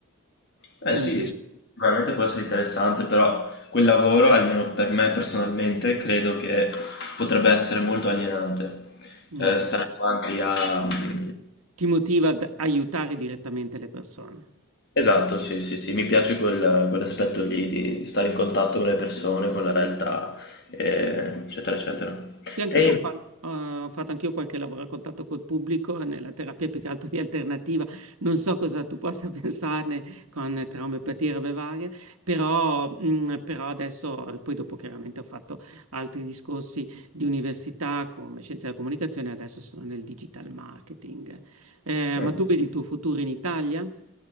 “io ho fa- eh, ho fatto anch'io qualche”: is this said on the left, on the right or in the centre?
Right